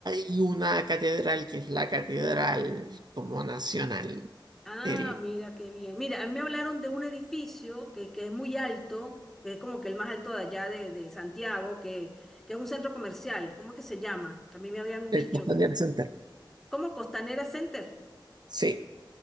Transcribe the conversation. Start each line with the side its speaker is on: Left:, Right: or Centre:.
Right: hay una catedral que es la catedral como nacional,
Centre: Ah,
Right: el,
Centre: mira qué bien. Mira, a mí me hablaron de un edificio que, que es muy alto, que es como que el más alto de allá de, de Santiago, que, que es un centro comercial. ¿Cómo es que se llama? Que a mí me habían dicho
Right: el Costanera
Centre: que.
Right: Center.
Centre: ¿Cómo? Costanera Center.
Right: Sí,